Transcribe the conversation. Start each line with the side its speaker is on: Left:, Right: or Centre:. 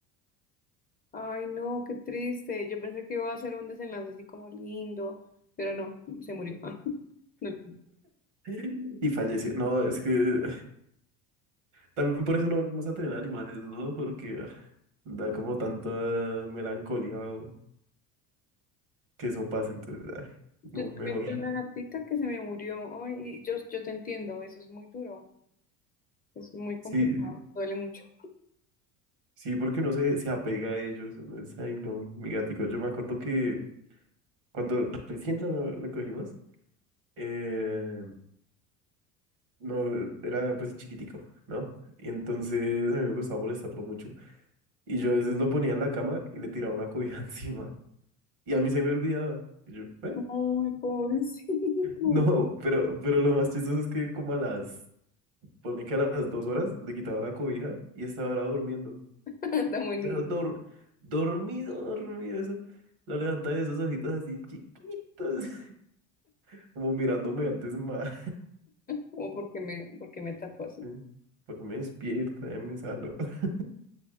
Left: Ay, no, qué triste. Yo pensé que iba a ser un desenlace así como lindo, pero no, se murió. <laughs> No,
Right: <laughs> Y fallece. No, es que también por eso no volvimos a tener animales, ¿no? Porque ah, da como tanta melancolía o- que eso pase. Entonces, ay,
Left: Yo
Right: no,
Left: también
Right: mejor.
Left: tuve una gatita que se me murió. Ay, y yo, yo te entiendo, eso es muy duro, eso es muy complicado,
Right: Sí,
Left: duele mucho.
Right: sí, porque uno se, se apega a ellos. Uno es, ay, no, mi gatico. Yo me acuerdo que cuando recién lo, lo cogimos, eh, no, era pues chiquitico, ¿no? Y entonces a mí me gustaba molestarlo mucho. Y yo a veces lo ponía en la cama y le tiraba una cobija <laughs> encima. Y a mí se me olvidaba. Y yo, ¿eh?
Left: Ay, pobrecito.
Right: No, pero, pero lo más chistoso es que como a las, ponle que a las dos horas le quitaba la cobija y estaba ahora durmiendo.
Left: <laughs> Tan bonito.
Right: Pero dor, dormido, dormido, eso. Lo levantaba de esos ojitos así chiquitos, <laughs> como mirándome antes más.
Left: Como porque me, porque me tapó así.
Right: <laughs> Para que me despierta, eh, me sano. <laughs>